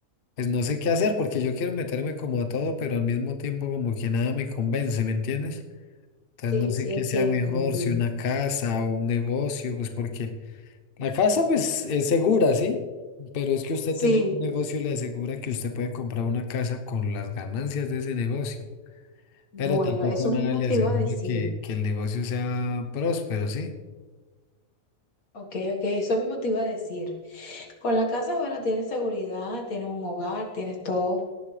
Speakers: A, on the left; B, on the left.
A: pues no sé qué hacer porque yo quiero meterme como a todo, pero al mismo tiempo como que nada me convence, ¿me entiendes? Entonces
B: Sí,
A: no sé
B: sí,
A: qué
B: entiendo.
A: sea mejor,
B: entiendo.
A: si una casa o un negocio, pues porque... La casa, pues, es segura, ¿sí? Pero es que usted
B: Sí,
A: tener un negocio le asegura que usted puede comprar una casa con las ganancias de ese negocio.
B: bueno,
A: Pero tampoco
B: eso
A: nada
B: mismo
A: le
B: te
A: asegura
B: iba a decir.
A: que, que el negocio sea próspero, ¿sí?
B: Ok, ok, eso mismo te iba a decir. Con la casa, bueno, tienes seguridad, tienes un hogar, tienes todo.